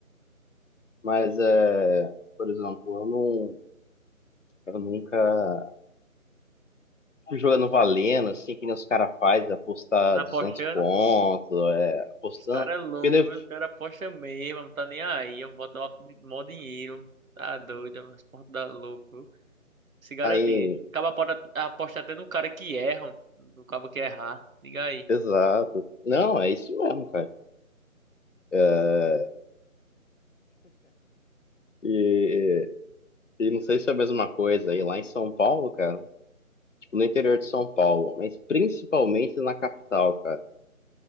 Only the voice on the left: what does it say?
mas é, por exemplo, eu não, eu nunca jogando valendo, assim, que nem os caras fazem, apostar
200
pontos, é, apostando.
Porque daí,
aí,
exato. Não, é isso mesmo, cara. É, e, e não sei se é a mesma coisa aí lá em São Paulo, cara, tipo, no interior de São Paulo, mas principalmente na capital, cara.